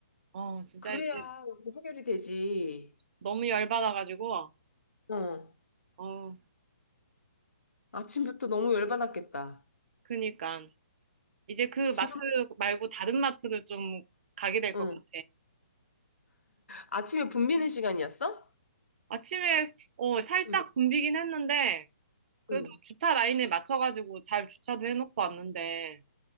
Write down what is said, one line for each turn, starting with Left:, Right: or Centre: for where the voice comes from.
Right: 어, 진짜
Left: 그래야
Right: 이제
Left: 이거 해결이 되지.
Right: 너무 열받아가지고,
Left: 어.
Right: 어,
Left: 아침부터 너무 열받았겠다.
Right: 그니까. 이제 그
Left: 지금,
Right: 마트 말고 다른 마트를 좀 가게 될
Left: 응.
Right: 것 같아.
Left: 아침에 분비는 시간이었어?
Right: 아침에, 어, 살짝
Left: 응,
Right: 붐비긴 했는데, 그래도
Left: 응.
Right: 주차 라인에 맞춰가지고 잘 주차도 해놓고 왔는데,